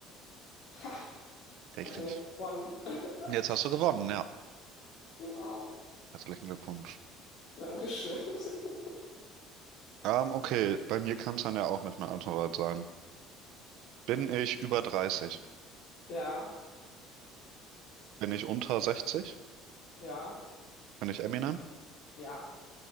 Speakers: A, on the left (about 55°); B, on the right (about 65°).
A: Ha!
B: richtig.
A: Habe ich dann jetzt gewonnen? <laughs>
B: Jetzt hast du gewonnen, ja.
A: Wow.
B: Herzlichen Glückwunsch.
A: Dankeschön. <laughs>
B: Ähm, okay, bei mir kann es dann ja auch nicht mehr allzu weit sein. Bin ich über 30?
A: Ja,
B: Bin ich unter 60?
A: ja,
B: Bin ich Eminem?
A: ja.